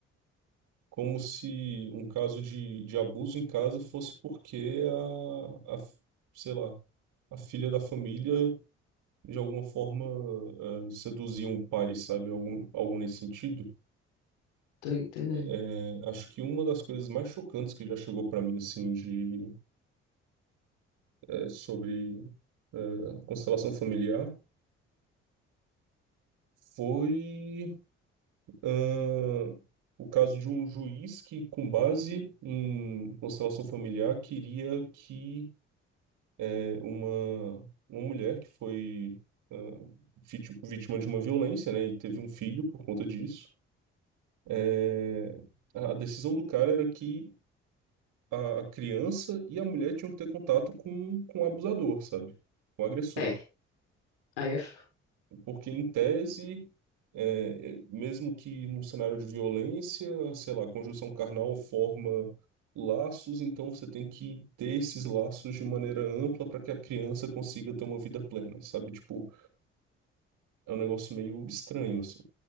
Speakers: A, on the right (about 65°); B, on the left (about 75°).
A: como se um caso de, de abuso em casa fosse porque a, a, sei lá, a filha da família de alguma forma eh, seduzia um pai, sabe? Algum, algum nesse sentido.
B: Tô entendendo.
A: Eh, acho que uma das coisas mais chocantes que já chegou para mim, assim, de, eh, sobre eh, constelação familiar foi ah, o caso de um juiz que, com base em constelação familiar, queria que é, uma, uma mulher que foi ah, vit- vítima de uma violência, né, e teve um filho por conta disso. É, a decisão do cara era que a, a criança e a mulher tinham que ter contato com, com o abusador, sabe? Com o agressor.
B: É, aí é f-
A: Porque, em tese, é, é, mesmo que num cenário de violência, sei lá, conjunção carnal forma laços, então você tem que ter esses laços de maneira ampla para que a criança consiga ter uma vida plena, sabe? Tipo, é um negócio meio estranho, assim,